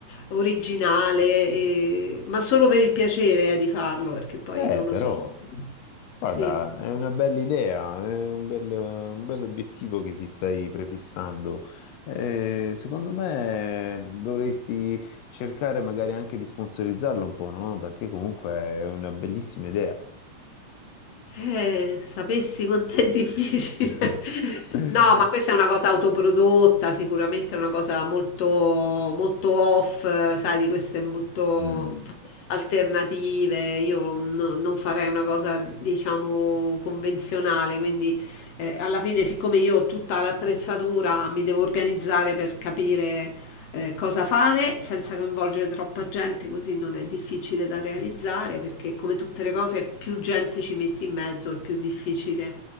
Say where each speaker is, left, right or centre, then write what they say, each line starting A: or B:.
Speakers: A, on the left; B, on the left.
A: originale, e- ma solo per il piacere, eh, di farlo, perché poi
B: eh,
A: non
B: però.
A: lo so se...
B: Guarda,
A: Sì.
B: è una bella idea, è un bel, un bel obiettivo che ti stai prefissando. Eh, secondo me dovresti cercare magari anche di sponsorizzarlo un po', no? Perché comunque è una bellissima idea.
A: Eh, sapessi quanto è difficile.
B: <laughs>
A: <laughs> No, ma questa è una cosa autoprodotta, sicuramente è una cosa molto, molto off, eh, sai, di queste molto
B: Mm,
A: alternative. Io no- non farei una cosa, diciamo, convenzionale, quindi eh, alla fine, siccome io ho tutta l'attrezzatura, mi devo organizzare per capire eh, cosa fare senza coinvolgere troppa gente, così non è difficile da realizzare perché come tutte le cose più gente ci metti in mezzo è più difficile